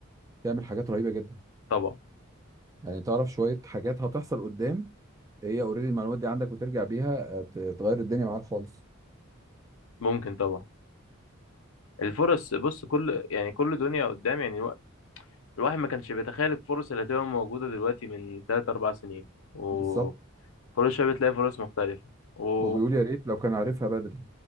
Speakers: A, on the right (about 15°); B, on the left (about 70°).
A: تعمل حاجات رهيبه جدا
B: طبعا
A: يعني تعرف شويه حاجات هتحصل قدام هي اوريدي المعلومات دي عندك وترجع بيها آه، ت- تغير الدنيا معاك خالص
B: ممكن طبعا الفرص بص كل يعني كل دنيا قدام يعني الوا- الواحد ما كانش بيتخيل الفرص اللي هتبقى موجودة دلوقتي من 3 4 سنين وكل
A: بالظبط
B: شوية بتلاقي فرص مختلفة و
A: وبيقول يا ريت لو كان عارفها بدري